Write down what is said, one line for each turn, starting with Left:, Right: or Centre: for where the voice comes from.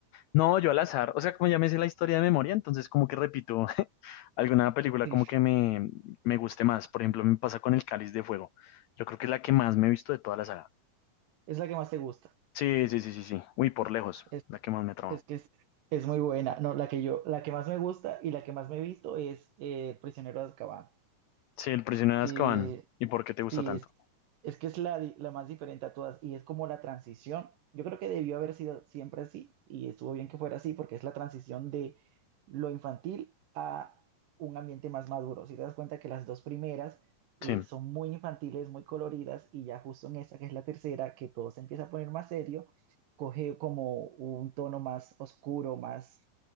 Left: No, yo al azar. O sea, como ya me sé la historia de memoria, entonces como que repito <laughs> alguna película
Right: Sí,
Left: como que me, me guste más. Por ejemplo, me pasa con El Cáliz de Fuego. Yo creo que es la que más me he visto de toda la saga.
Right: es la que más te gusta.
Left: Sí, sí, sí, sí, sí. Uy, por lejos,
Right: Es,
Left: la que más me trama.
Right: es que es, es muy buena. No, la que yo, la que más me gusta y la que más me he visto es eh, Prisionero de Azkaban.
Left: Sí, el prisionero
Right: Eh,
Left: de Azkaban. ¿Y por qué te gusta
Right: Sí,
Left: tanto?
Right: es, es que es la, di- la más diferente a todas y es como la transición. Yo creo que debió haber sido siempre así y estuvo bien que fuera así porque es la transición de lo infantil a un ambiente más maduro. Si te das cuenta que las dos primeras eh,
Left: Sí,
Right: son muy infantiles, muy coloridas y ya justo en esta que es la tercera, que todo se empieza a poner más serio, coge como un tono más oscuro, más